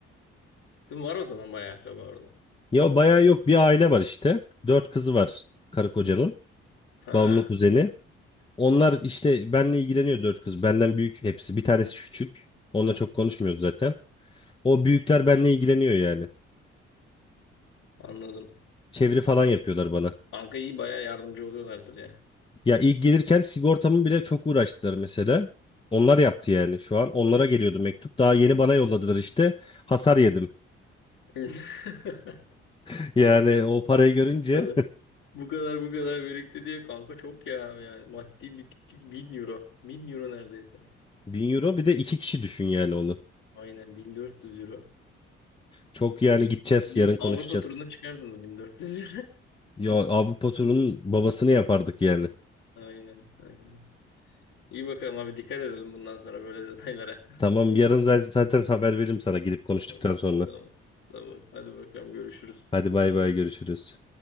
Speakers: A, on the left; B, on the left.
A: Sizin var o zaman bayağı akraba orada.
B: Ya bayağı yok bir aile var işte. Dört kızı var karı kocanın.
A: Ha.
B: Babamın kuzeni. Onlar işte benle ilgileniyor dört kız. Benden büyük hepsi. Bir tanesi küçük. Onunla çok konuşmuyoruz zaten. O büyükler benle ilgileniyor yani.
A: Anladım.
B: Çeviri falan yapıyorlar bana.
A: Kanka iyi bayağı yardımcı oluyorlardır ya.
B: Ya ilk gelirken sigortamı bile çok uğraştılar mesela. Onlar yaptı yani şu an. Onlara geliyordu mektup. Daha yeni bana yolladılar işte. Hasar yedim.
A: <laughs>
B: <laughs> Yani o parayı görünce
A: Bu kadar. Bu kadar bu kadar birikti diye kanka çok ya yani maddi bitiklik 1000 euro. bin euro neredeyse.
B: Bin euro bir de iki kişi düşün yani onu.
A: Aynen 1400 euro.
B: Çok yani
A: İlk
B: gideceğiz
A: bir
B: yarın konuşacağız.
A: Avrupa turuna çıkardınız 1400 euro.
B: Ya Avrupa turunun babasını yapardık yani.
A: <laughs> Aynen aynen. İyi bakalım abi dikkat edelim bundan sonra böyle detaylara.
B: Tamam yarın ben zaten haber veririm sana gidip konuştuktan
A: <laughs> Tamam
B: sonra.
A: tamam tamam hadi bakalım görüşürüz.
B: Hadi bay bay görüşürüz.